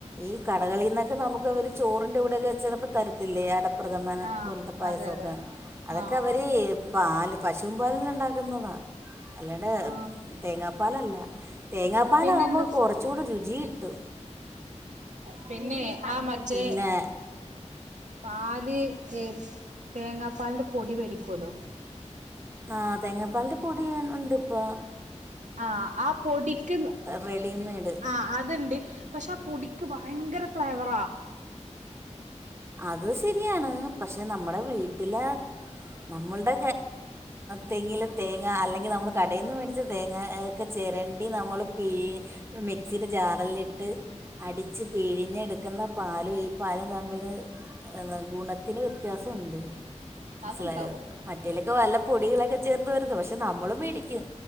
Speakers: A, on the right; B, on the right.
A: ഈ കടകളിന്നൊക്കെ നമുക്ക് അവര് ചോറിന്റെ കൂടെയൊക്കെ ചെലപ്പോ. തരത്തില്ലേ അടപ്രഥമന
B: ആ
A: പോലത്തെ പായസമൊക്കെ
B: അതെ അതെ
A: അതൊക്കെ
B: ആ
A: അവര്. പാല് പശുവും പാലില് ഉണ്ടാക്കുന്നതാ. അല്ലാണ്ട്
B: ആ
A: തേങ്ങാപ്പാലല്ല തേങ്ങാപ്പാലകുമ്പോ
B: പിന്നെന്ത്
A: കുറചൂടെ രുചി കിട്ടു.
B: പിന്നെ ആ മറ്റെ.
A: പിന്നെ
B: പാല് ഏഹ് തേങ്ങാ പാലിന്റെ പൊടി മേടിക്കല്ലോ.
A: ആഹ് തേങ്ങാപ്പാലിന്റെ പൊടി ഉണ്ട് ഇപ്പൊ.
B: ആഹ് ആഹ് പൊടിക്ക്
A: റെഡിമെയ്ഡ്
B: ആഹ് അത്ണ്ട്. പക്ഷെ ആ പൊടിക്ക് ഭയങ്കര ഫ്ലേവറാ.
A: അത് ശരിയാണ് പക്ഷെ നമ്മുടെ വീട്ടിലെ നമ്മളുടെ. തെങ്ങില് തേങ്ങ അല്ലെങ്കിൽ നമ്മള് കടയിൽ നിന്ന് മേടിച്ച തേങ്ങ ഒക്കെ ചിരണ്ടി നമ്മൾ പി ഇ മിക്സുടെ ജാറില്ട്ട്. അടിച്ച് പിഴിഞ്ഞെടുക്കുന്ന പാലും ഈ പാലും തമ്മില്. എന്താ ഗുണത്തിന് വ്യത്യാസണ്ട് മനസിലായോ.
B: അത്ണ്ടാകും
A: മറ്റേലൊക്കെ വല്ല പൊടികളൊക്കെ ചേർത് വരുന്നു പക്ഷെ നമ്മള്മേടിക്കും.